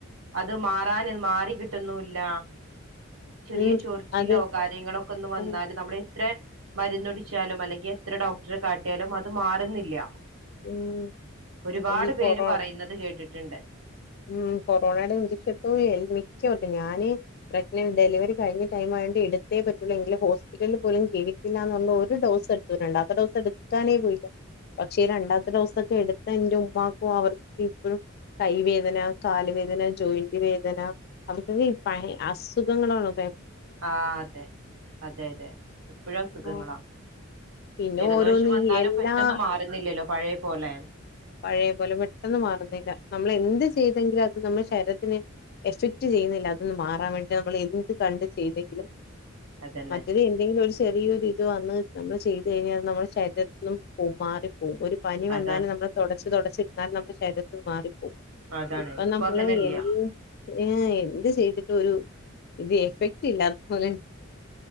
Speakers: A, on the right; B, on the left.
A: അത് മാറാന് മാറി കിട്ട്ന്നൂല്ല ചെറിയ
B: ഉം
A: ചൊറിച്ചിലോ
B: അത്
A: കാര്യങ്ങളൊക്കൊന്ന് വന്നാല്
B: ഉം
A: നമ്മള് ത്ര മരുന്നുടിച്ചാലും അല്ലെങ്കി എത്ര ഡോക്ടറെ കാട്ടിയാലും അത് മാറ്ന്നില്ല്യ
B: ഉം
A: ഒരുപാട്
B: അത് ഈ
A: പേര്
B: കൊറോണ
A: പറയുന്നത് കേട്ടിട്ട്ണ്ട്.
B: ഉം കൊറോണടെ ഇഞ്ചക്ഷ ട്ത മിക്കവർക്കും ഞാന് പ്രക് ഡെലിവറി കഴിഞ്ഞ് കഴിഞ്ഞ ടൈമ അവൻ്റെ എടത്തേ പറ്റു ഹോസ്പിറ്റലിലും പോലും കേറ്റുല്ല പർഞ്ഞ് ഒരു ഡോസ് എടുത്തിട്ട്ണ്ട് രണ്ടാമത്തെ ഡോസ് എടുക്കാനേ പോയീല പക്ഷ് ഈ രണ്ടാത്തെ ഡോസൊക്കെ എടുത്ത എൻ്റെ ഉമ്മാക്കു അവർക്കൊക്കെ ഇപ്പഴും കൈ വേ ദന കാല് വേദന ജോയിന്റ് വേദന അവർക്കൊക്കെ ഭയ് അസ്സുഖങ്ങളാണ് ബേ
A: ആ അതെ അതെ അതെ എപ്പഴു അസുഖങ്ങളാ
B: ആ പിന്നെ
A: ജലദോഷം
B: ഓരോന്ന്
A: വന്നാലും
B: ഈ എല്ലാ
A: പെട്ടെന്നു മാറുന്നില്ലല്ലോ പഴേ പോലെ
B: പഴേ പോലെ പെട്ടെന്ന് മാറുന്നില്ല നമ്മൾ എന്ത്
A: ഇല്ല
B: ചെയ്തെങ്കിലു അ ത് നമ്മളെ ശരിഅത്തിന് എഫക്ട് ചെയ്യുന്നില്ല അതൊന്ന് മാറാൻ വേണ്ടിറ്റ് നമ്മൾ എന്ത് കണ്ട് ചെയ്തെങ്കിലും
A: അതന്നെ
B: മറ്റത് എന്തെങ്കിലു ഒരു സ് ചെറിയൊരിത് വന്ന് നമ്മള് ചെയ്ത് എയ്ഞ്ഞാ നമ്മടെ ശരീരത്തിന്ന് പോം മാറി പോം ഒരു പനി വന്നാലും
A: അതാണ്
B: നമ്മള് തൊടച്ച് തൊടച്ചിരുന്നാലും നമ്മടെ ശരീരത്തിന്ന് മാറി
A: അതാണ്
B: ഇപ്പൊ നമ്മള്
A: അങ്ങനെല്ല
B: എൻ ഉം എന്ത് ചെയ്തിട്ടൊരു ഇത് എഫക്ട് ഇല്ലാത്ത പോലെ